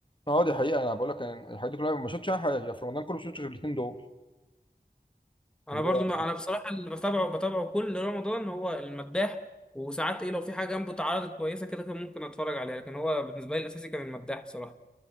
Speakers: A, on the left; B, in the centre.
A: اه دي حقيقة انا بقول لك أنا الحاجات دي كلها ما شفتش أي حاجة في رمضان كله ما شفتش غير الاثنين دول
B: انا
A: اللي
B: برضو
A: هو
B: ما انا بصراحه اللي بتابعه بتابعه كل رمضان هو المداح وساعات ايه لو في حاجه جنبه اتعرضت كويسه كده كان ممكن اتفرج عليها لكن هو بالنسبه لي الاساسي كان المداح بصراحه